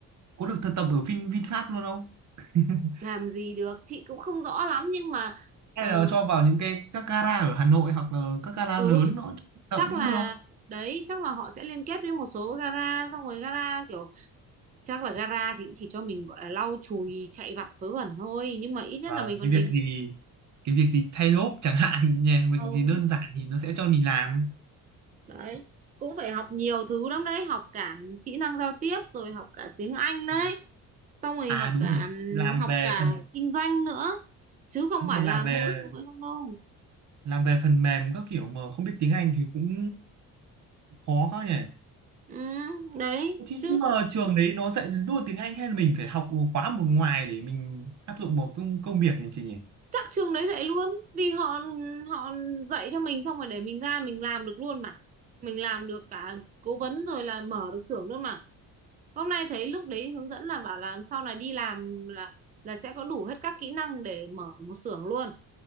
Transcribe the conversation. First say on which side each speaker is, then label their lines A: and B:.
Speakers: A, on the right; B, on the right.
A: Có được thực tập ở Vin VinFast luôn không? <laughs>
B: làm gì được chị cũng không rõ lắm nhưng mà ờ,
A: Hay là cho vào những cái các gara ở Hà Nội hoặc là các gara
B: ừ
A: lớn nó cho thực tập
B: chắc
A: cũng
B: là
A: được.
B: đấy chắc là họ sẽ liên kết với một số gara xong rồi gara kiểu chắc là gara thì cũng chỉ cho mình gọi là lau chùi chạy vặt vớ vẩn thôi nhưng mà ít nhất
A: và
B: là mình còn
A: cái
B: nhìn
A: việc gì cái việc gì thay lốp chẳng hạn <laughs> nhé, việc
B: ừ,
A: gì đơn giản thì nó sẽ cho mình làm.
B: đấy cũng phải học nhiều thứ lắm đấy học cả kỹ năng giao tiếp rồi học cả tiếng Anh đấy
A: Ừ.
B: xong rồi
A: À
B: học
A: đúng
B: cả
A: rồi, làm
B: học
A: về
B: cả
A: phần
B: kinh doanh nữa chứ không
A: nhưng
B: phải
A: mà làm
B: là mỗi
A: về
B: không không đâu
A: làm về phần mềm các kiểu mà không biết tiếng Anh thì cũng khó quá nhỉ
B: ừ, đấy
A: Thì
B: chứ
A: nhưng mà trường đấy nó dạy luôn tiếng Anh hay là mình phải học khóa một ngoài để mình áp dụng vào công công việc nhỉ chị nhỉ
B: chắc trường đấy dạy luôn vì họ họ dạy cho mình xong rồi để mình ra mình làm được luôn mà mình làm được cả cố vấn rồi là mở được xưởng luôn mà hôm nay thấy lúc đấy hướng dẫn là bảo là sau này đi làm là là sẽ có đủ hết các kỹ năng để mở một xưởng luôn